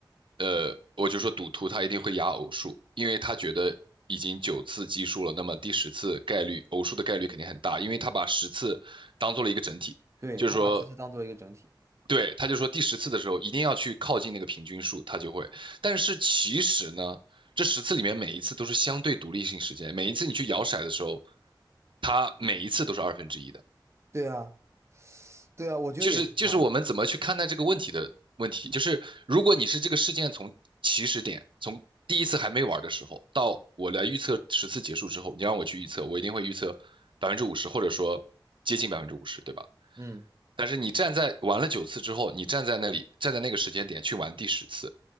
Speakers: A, on the right; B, on the right.
A: 呃，我就说赌徒他一定会压偶数，因为他觉得已经九次奇数了，那么第十次概率偶数的概率肯定很大，因为他把十次当做了一个整体，
B: 对，
A: 就是说
B: 他把十字当做一个整体。
A: 对，他就说第十次的时候一定要去靠近那个平均数，他就会。但是其实呢，这十次里面每一次都是相对独立性事件，每一次你去摇骰的时候，它每一次都是二分之一的。
B: 对啊，对啊，我觉得也是啊。
A: 就是就是我们怎么去看待这个问题的问题，就是如果你是这个事件从起始点，从第一次还没玩的时候到我来预测十次结束之后，你让我去预测，我一定会预测百分之五十，或者说接近百分之五十，对吧？
B: 嗯，
A: 但是你站在玩了九次之后，你站在那里，站在那个时间点去玩第十次，